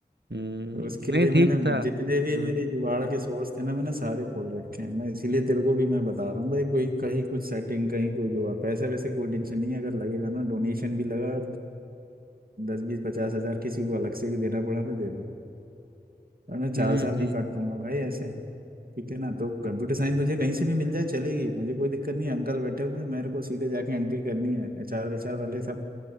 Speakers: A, on the right; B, on the right.
A: नहीं
B: तो उसके लिए
A: ठीक
B: मैंने
A: था
B: जितने भी
A: हम्म
B: मेरे जुगाड़ के सोर्स थे ना मैंने सारे खोल रखे हैं मैं इसीलिए तेरे को भी मैं बता रहा हूँ भाई कोई कहीं कुछ सेटिंग कहीं कोई जुगाड़ पैसा वैसे कोई टेंशन नहीं है अगर लगेगा ना डोनेशन भी लगा दस बीस पचास हजार किसी को अलग से भी देना पड़ा मैं दे दूंगा और मैं चार
A: हम्म
B: साल नहीं काट पाऊंगा भाई ऐसे ठीक है ना तो कंप्यूटर साइंस मुझे कहीं से भी मिल जाए चलेगी मुझे कोई दिक्कत नहीं है अंकल बैठे हुए हैं मेरे को सीधे जाके एंट्री करनी है एचआर वेचआर वाले सब